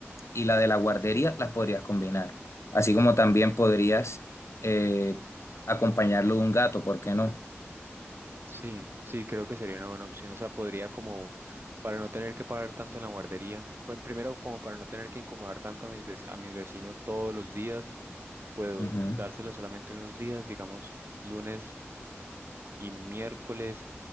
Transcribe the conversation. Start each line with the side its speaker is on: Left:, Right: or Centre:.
Left: y la de la guardería, las podrías combinar. Así como también podrías eh, acompañarlo de un gato, ¿por qué no?
Right: Sí, sí, creo que sería una buena opción. O sea, podría como para no tener que pagar tanto en la guardería. Bueno, primero, como para no tener que incomodar tanto a mis vec- a mis vecinos todos los días, puedo
Left: Ujú,
Right: dárselo solamente unos días, digamos, lunes y miércoles